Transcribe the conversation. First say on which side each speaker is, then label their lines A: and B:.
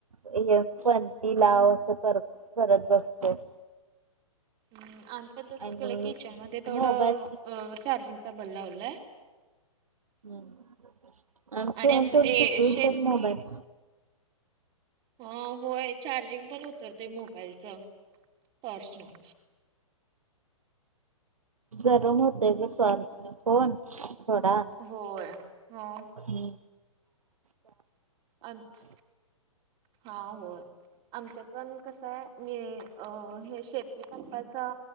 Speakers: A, on the right; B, on the right.
A: हे पणती लाव अस कर करत बसतोय.
B: हम आन पण तसच
A: आणि
B: केलं किचन मध्ये थोडं
A: मोबाईल
B: चार्जिंगचा बल् लावलाय.
A: हम्म आणि फोन
B: आमचं
A: ठेवून
B: ते
A: किती
B: शेत
A: उशीर मोबाईल
B: हा होय चार्जिंग पण उतरतय मोबाईलच टॉर्चन.
A: गरम होतय ग टॉर्चन. कोण थोडा
B: होय हो
A: हम
B: आमच हा होय आमच्यात पण कसंय म्हजे अ हे शेती पन चा